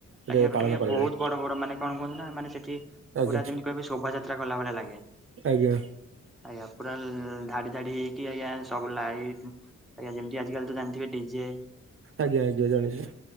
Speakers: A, in the centre; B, on the right (about 50°).
A: ଆଜ୍ଞା
B: ରେ ପାଳନ
A: ଆଜ୍ଞା
B: କରାଯାଏ
A: ବହୁତ ବଡ ବଡ ମାନେ କଣ କୁୁ ନା ମାନେ ସେଠି ପୁରା
B: ଆଜ୍ଞା
A: ଯେମିତି ଶୋଭାଯାତ୍ରା କଲା ଭଳିଆ ଲାଗେ।
B: ଆଜ୍ଞା।
A: ଆଜ୍ଞା ପୁରା ଧା ଡି ହେଇକି ଆଜ୍ଞା ସବୁ ଲାଇଟ୍ ଆଜ୍ଞା ଯେମତି ଆଜି କାଲି ତ ଜାଣିଥିବେ ଡିଜେ।
B: ଆଜ୍ଞା ଆଜ୍ଞା ଜାଣିଛି।